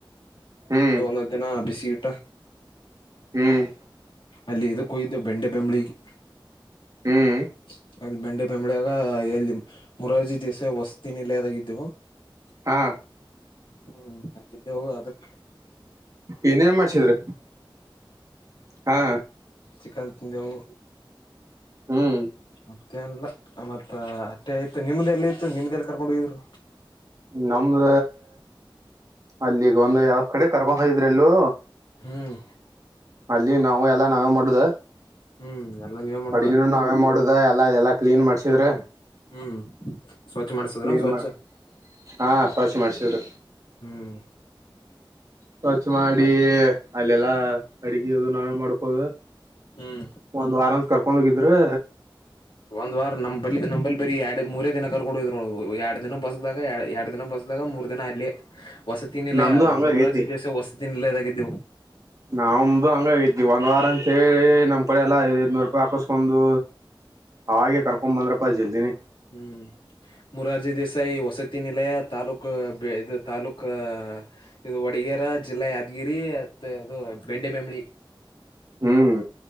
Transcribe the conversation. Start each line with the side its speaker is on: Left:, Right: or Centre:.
Right: ಹ್ಮ್
Left: ಇದು ಒಂದೊಂದು ದಿನ ಬಿಸಿ ಊಟ
Right: ಹ್ಮ್
Left: ಅಲ್ಲಿ ಇದಕ್ಕ ಹೋಗಿದ್ವಿ ಬೆಂಡೆ ಬೆಂಬಲೀಗೆ
Right: ಹ್ಮ್
Left: <inaudible> ಅಲ್ಲಿ ಬೆಂಡೆ ಬೆಂಬಳಿಯಾಗ ಎಲ್ಲಿ ಮುರಾರ್ಜಿ ದೇಸಾಯಿ ವಸ್ತಿನಿಲ್ಲದಾಗಿದ್ದವು
Right: ಹಾ
Left: ಹ್ಮ್ ಅದೇ ಯವು ಅದಕ್ಕೆ
Right: ಇನೇನ್ ಮಾಡ್ಸಿದ್ರಿ ಹಾ
Left: ಚಿಕನ್ ತಿಂದೆವು
Right: ಹ್ಮ್
Left: ಮತ್ತೇನಿಲ್ಲ ಮತ್ತ ಅಟ್ಟೆ ಆಯತ್ತು ನಿಮ್ದ ಎಲ್ಲಿ ಇತ್ತು ನಿಮ್ದ ಎಲ್ಲಿ ಕರ್ಕೊಂಡು ಹೋಗಿದ್ರು
Right: ನಮ್ದ ಅಲ್ಲಿ ಈಗ ಒಂದು ಯಾವ ಕಡೆ ಕರ್ಕೊಂಡ ಹೋಗಿದ್ರು ಎಲ್ಲೂ
Left: ಹ್ಮ್
Right: ಅಲ್ಲಿ ನಾವು ಎಲ್ಲಾ ನಾವೇ ಮಾಡುದ.
Left: ಹ್ಮ್ ಎಲ್ಲ ನೀವ ಮಾಡ್ದ
Right: ಅಡುಗನು ನಾವೇ ಮಾಡುದ ಎಲ್ಲಾದೆಲ್ಲ ಕ್ಲೀನ್ ಮಾಡ್ಸಿದ್ರೆ.
Left: ಹ್ಮ್ ಸ್ವಚ್ಛ ಮಾಡಸಿದ್ರ
Right: ಕ್ಲೀನ್
Left: ಸ್ವಚ್ಛ
Right: ಮಾಡ ಹಾ ಸ್ವಚ್ಛ ಮಾಡ್ಸಿದ್ರ
Left: ಹ್ಮ್.
Right: ಸ್ವಚ್ ಮಾಡಿ
Left: ಮತ್
Right: ಅಲ್ಲೆಲ್ಲಾ ಅಡಗೆ ಅದು ನಾವೇ ಮಾಡ್ಕೋದು.
Left: ಹ್ಮ್
Right: ಒಂದು ಆರಾಮ್ ಕ. ಕೊೊಂಡೋಗಿದ್ರೆ.
Left: ಒಂದ್ ವಾರ ನ ನಂಬಲ್ಲಿ ಬರಿೀ. ಮೂರೇ ದಿನ ಕರ್ಕೊಂಡ ಇದ್. ಎರಡ್ ದಿನ ಬಸದಾಗ ಎರಡು ದಿನ ಬಸದಾಗ ಮೂರ್ ದಿನ ಅಲ್ಲಿ ಹೊಸ ತಿನ್ ಇಿಲ್ಲ
Right: ನಮ್ದು ಹಂಗಾಗೈತಿ
Left: ಮೂರ್ ದಿವಸ ಹೊಸ ತಿಿನ ಇಿಲ್ಲದ. ವು.
Right: ನಾವವುಮ್ದು ಹಂಗಾಗಿದ್ವಿ ಒಂದ ವಾರ ಅಂತೇಳಿ ನಮ್ ಕಡೆ ಎಲ್ಲಾ ಐದ ಐದನೂರು ರೂಪಾಯಿ ಹಾಕಿಸಸ್ಕೊಂಡು ಅವಾಗೇ ಕರ್ಕೊಂಡ್ ಬಂದ್ರಪ್ಪಾ ಜಲ್ದಿನಿ.
Left: ಹ್ಮ್ ಮುರಾರ್ಜಿ ದೇಸಾಯಿ ವಸತಿ ನಿಲಯ ತಾಲೂಕ್ ಇದು ತಾಲೂಕ್ ಇದು ವಡಗೇರ. ಜಿಲ್ಲಾ ಯಾದಗಿರಿ ಮತ್ತ ಅದು ಬೆಂಡೆ ಬೆೆಂಬಳಿ.
Right: ಹ್ಮ್.